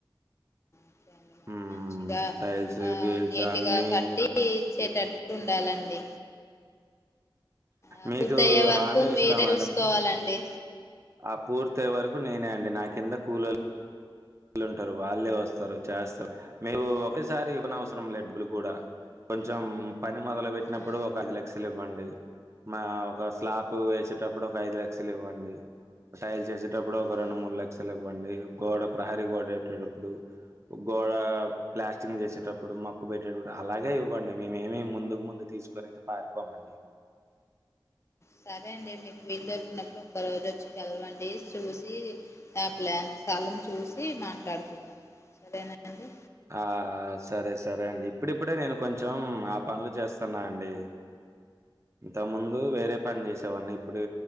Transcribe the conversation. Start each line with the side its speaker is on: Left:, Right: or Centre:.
Left: ఓకే అండి
Right: హ్మ్.
Left: మంచిగా
Right: టైల్స్,
Left: ఆ
Right: గీల్స్
Left: నీటిగా
Right: అన్నీ
Left: కట్టి ఇచేటట్టు ఉండాలండి ఆ
Right: మీకు
Left: పూర్త అయ్యే వరకు
Right: హామీ ఇస్తామండి.
Left: మీరే చూసుకోవాలండి
Right: ఆ పూర్తీ అయ్యే వరకు నేనే అండి నా కింద కూల్లోలు ఉంటరు వాళ్ళు వాళ్ళే వస్తరు చేస్తరు మేము ఒకసారి ఇవ్వనవసరంలె డబ్బులు కూడా కొంచెం పని మొదలు పెట్టినప్పుడు
Left: ఆ
Right: ఒక పది లక్షలు ఇవ్వండి మా ఒక స్లాప్ వేసేటప్పుడు ఒక ఐదు లక్షలు ఇవ్వండి టైల్స్ ఎసేటప్పుడు ఒక రెండు
Left: ఆ
Right: మూడు లక్షలు ఇవ్వండి గోడ ప్రహారీ గోడ ఎట్టేటప్పుడు గోడ ప్లాస్టింగ్ చేసేటప్పుడు మక్కు పెట్టేటప్పుడు అలాగే ఇవ్వండి మేమేమి ముందుకు ముందు తీసుకొని అయితే పారిపోమండి
Left: సరే అండి మీకు వీలు దొరికినప్పుడు ఒక రోజు వచ్చి కలవండి చూసి నా ప్లాన్ స్థలం చూసి మాట్లాడుకుందం సరేనా అండి
Right: ఆ సరే సరే అండి ఇప్పుడిప్పుడే నేను కొంచెం ఆ పనులు చేస్తన్నా అండి ఇంత ముందు వేరే పని చేసేవాడిని ఇప్పుడు